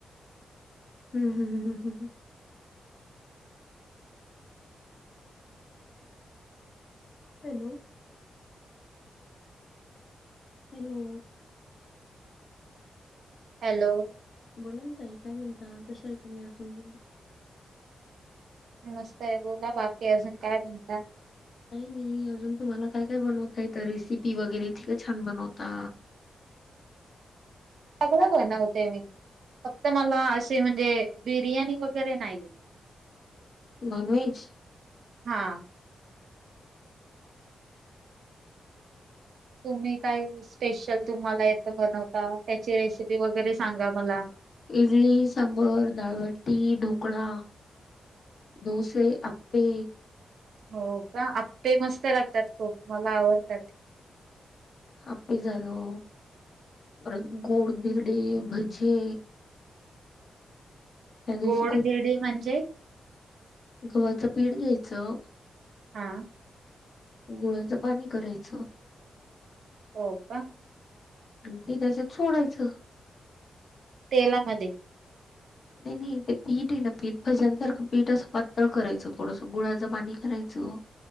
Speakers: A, on the left; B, on the right.
A: हम्... हम्म... हम्.... हॅलो! हॅलो!
B: हॅलो!
A: बोलाना तई, काय म्हणता कशा आहे तुम्ही अजून?
B: मी मस्तय.. बोला बाकी अजून काय बोलताा.
A: काही नाही अजून तुम्हाला काय -काय बनवतायेत रेसिपी वगैरे इतक छान बनवता.
B: सगळ बनवते मी, फक्त मला असे म्हणजे बिर्याणी वगैरे नाहीत.
A: नॉन वेज
B: हा तुम्ही काय स्पेशल तुम्हाला येतं बनवता त्याची रेसिपी वगैरे सांगा मला
A: इडली सांबर दाळबट्टी ढोकळा दोसे आप्पे
B: हो का, आपे मस्त लागतात खूप मला आवडतात.
A: आप्पे झालं, परत गोड धिरडे भजे त्या दिवशी
B: गोड
A: खूप
B: धिरडे म्हणजे
A: गव्हाचं पीठ घ्यायचं
B: हा
A: गुळा्याचं पाणी करायचं
B: होका.
A: आणि ते त्याच्यात सोडायचं.
B: तेलामध्ये
A: नाही नाही ते पीठ आहे ना पीठ भज्यांसारखं पीठ असं पातळ करायचं,, थोडसं गुळाचं पाणी कराय च.